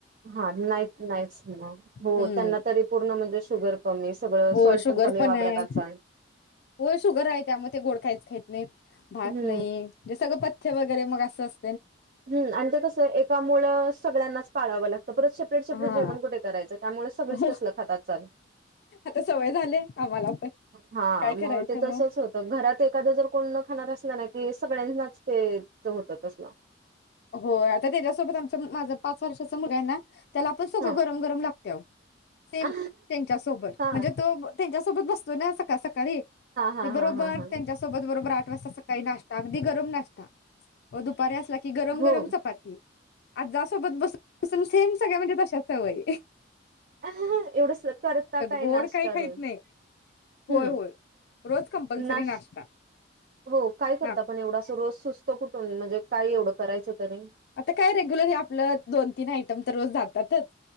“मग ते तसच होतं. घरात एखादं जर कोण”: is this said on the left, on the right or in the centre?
Right